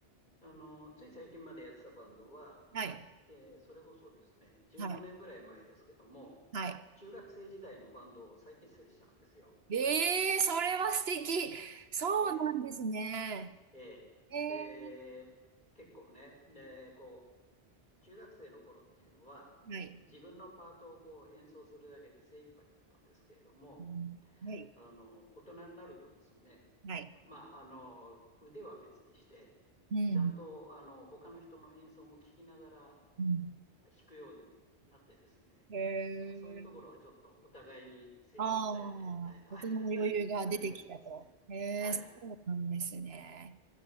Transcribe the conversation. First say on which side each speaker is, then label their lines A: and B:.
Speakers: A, on the left (about 50°); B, on the right (about 75°).
A: あの、つい最近までやってたバンドは、
B: はい。
A: えーそれこそですね、15年ぐらい前ですけども、
B: はい。は
A: 中学生時代のバンドを再結成したんですよ。
B: い。ええー、それは素敵。そうなんですね。
A: ええ、ええ。
B: ええ
A: で、結構ね、で、こう、中学生の頃っていうのは、
B: ー。はい。
A: 自分のパートをこう演奏するだけで精一杯だったんですけれども、
B: うんはい。
A: あの、大人になるとですね、
B: はい。
A: まあ、あの、腕は別にして、
B: うん。
A: ちゃんと、あの、他の人の演奏も聞きながら、
B: うん。
A: 引くようになってですね、
B: へえ。
A: だからそういうところはちょっとお互いに成長したよねみたいな
B: ああ、大人の余裕が出てきたと。
A: <laughs> 話をしますね。
B: へえ、
A: はい。
B: そうなんですね。